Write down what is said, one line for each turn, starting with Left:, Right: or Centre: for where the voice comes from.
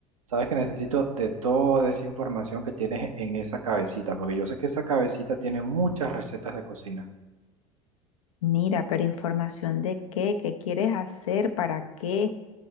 Right: Sabes que necesito de toda esa información que tienes en esa cabecita, porque yo sé que esa cabecita tiene muchas recetas de cocina.
Left: Mira, pero información de qué, qué quieres hacer, para qué.